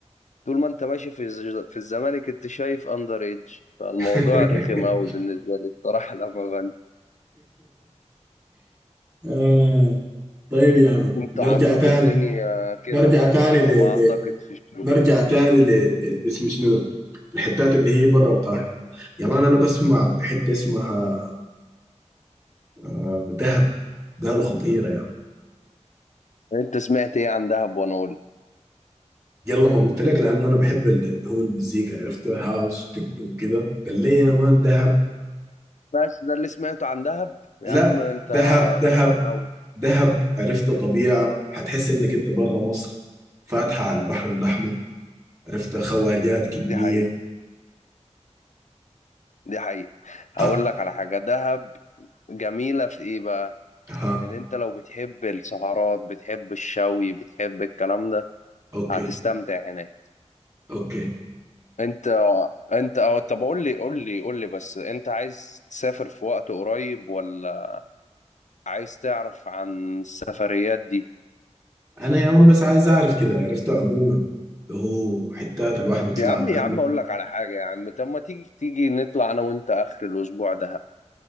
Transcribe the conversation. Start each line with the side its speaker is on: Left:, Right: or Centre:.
Left: طول ما انت ماشي في الز- في الزمالك انت شايف اندر ايدج فالموضوع
Right: <laughs>
Left: رخم قوي بالنسبة لي بصراحة لما بن-
Right: آه. طيب يا مان
Left: انتوا
Right: نرجع
Left: عندكم
Right: تاني
Left: الدنيا كده
Right: نرجع
Left: برضه
Right: تاني
Left: على
Right: ل...
Left: ما
Right: ل...
Left: اعتقد في الشروق
Right: نرجع تاني ل... ل... اسمه شنو ده؟ الحتات اللي هي برا القاهره يا مان انا بسمع بحته اسمها آه، دهب قالوا خطيره يا مان.
Left: انت سمعت ايه عن دهب وانا اقول
Right: يلا ما قلت لك لانه انا بحب ال- اللي هو المزيكا عرفت هاوس تكنو وكده قال لي يا مان دهب
Left: بس ده اللي سمعته عن دهب يا
Right: لا
Left: عم انت
Right: دهب دهب
Left: غلبان قوي
Right: دهب عرفت طبيعه هتحس انك انت بره مصر فاتحه على البحر الاحمر عرفت خواجات كميه
Left: دي حقيقة دي حقيقة اقول
Right: ها,
Left: لك على حاجة دهب جميلة في ايه بقى
Right: ها
Left: ان انت لو بتحب السهرات بتحب الشوي بتحب الكلام ده
Right: اوكي
Left: هتستمتع هناك
Right: اوكي
Left: انت انت اه طب قول لي قول لي قول لي بس انت عايز تسافر في وقت قريب ولا عايز تعرف عن السفريات دي
Right: انا يا مان بس عايز اعرف كده عرفت عموما اللي هو حتات الواحد يطلع
Left: يا عم
Right: لانه
Left: يا عم اقول لك على حاجة يا عم طب ما تيجي تيجي نطلع انا وانت اخر الاسبوع ده